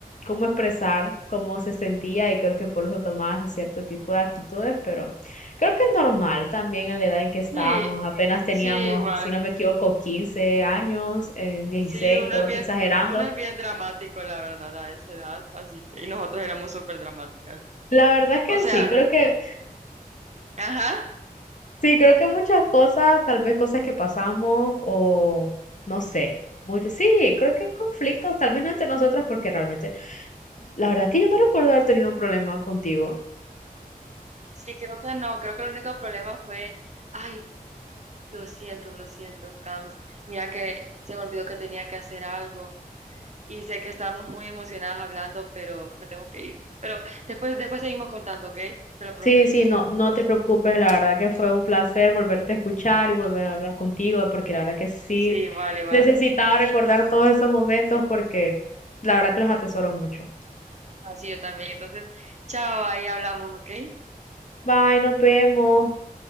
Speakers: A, on the left; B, on the right.
A: cómo expresar cómo se sentía y creo que por eso tomaba ese cierto tipo de actitudes, pero creo que es normal también a la edad en que estábamos,
B: Sí.
A: apenas teníamos,
B: Sí, igual.
A: si no me equivoco, 15 años, eh, 16
B: Sí, uno
A: creo
B: es bien,
A: que exagerando.
B: uno es bien dramático, la verdad, a esa edad, así que, y nosotros éramos súper dramáticas.
A: La verdad es que
B: O sea,
A: sí, creo que
B: ajá,
A: Sí, creo que muchas cosas, tal vez cosas que pasamos o no sé, mucho, sí, creo que conflictos, tal vez no entre nosotras porque realmente, la verdad es que yo no recuerdo haber tenido un problema contigo.
B: sí, creo que no, creo que el único problema fue, ay, lo siento, lo siento, Cams, mira que se me olvidó que tenía que hacer algo, y sé que estábamos muy emocionadas hablando, pero me tengo que ir. Pero después, después seguimos contando, ¿ok? Te lo prometo.
A: Sí, sí, no, no te preocupes, la verdad que fue un placer volverte a escuchar y volver a hablar contigo porque la verdad que sí
B: Sí, vale, vale.
A: necesitaba recordar todos esos momentos porque la verdad que los atesoro mucho.
B: Así yo también. Entonces, chao, ahí hablamos, ¿ok?
A: Bye, nos vemos.